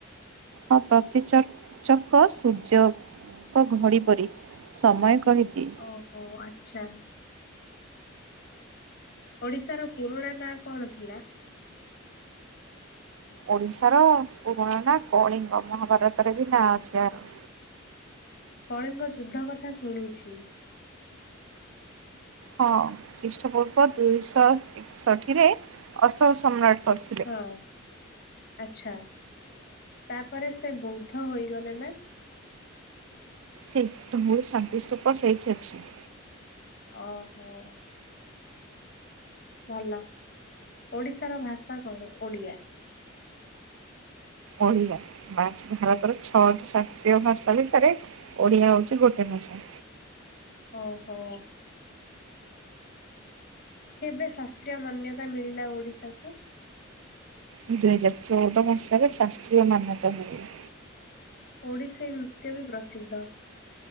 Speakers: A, on the right; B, on the left.
A: ହଁ ପ୍ରତିଚକ ଚକ ସୂର୍ଯ୍ୟଙ୍କ ଘଡି ପରି। ସମୟ କହିଦିଏ।
B: ଓହୋ ଆଚ୍ଛା। ଓଡିଶାର ପୁରୁଣା ନାଁ କଣ ଥିଲା?
A: ଓଡିଶାର ପୁରୁଣା ନା କଳିଙ୍ଗ ମହାଭାରତରେ ବି ନାଁ ଅଛି ଆର। <inaudible>
B: କଳିଙ୍ଗ ଯୁଦ୍ଧ କଥା ଶୁଣିଛି।
A: ହଁ ଖ୍ରୀଷ୍ଟ ପୂର୍ବ ଦୁଇଶହ ଏକଷଠି ରେ ଅଶୋକ ସମ୍ରାଟ। କରିଥିଲେ।
B: ହଁ ଆଚ୍ଛା। ତାପରେ ସେ ବୌଦ୍ଧ ହୋଇଗଲେ ନା?
A: ସେ ତ ମୋରଶାନ୍ତିଷ୍ଟପସେଇଠି ଅଛି।
B: ଓହୋ। ଭଲ ଓଡିଶାର ଭାଷା କଣ ଓଡିଆ?
A: ଓଡିଆମାତୃ ଭାରତର ଛଅଟି ଶାସ୍ତ୍ରୀୟ ଭାଷା ଭିତରେ ଓଡିଆ ହଉଛି ଗୋଟେ ଆଛା।
B: ଓ ହୋ। କେବେ ଶାସ୍ତ୍ରୀୟ ମାନ୍ୟତା ମିଳିଲା ଓଡିଶାକୁ?
A: ଦୁଇ ହଜାର ଚଉଦ ମସିହାରେ ଶାସ୍ତ୍ରୀୟ ମାନ୍ୟତା ମିଳିଲା।
B: ଓଡ଼ିଶୀ ନୃତ୍ୟ ବି ପ୍ରସିଦ୍ଧ।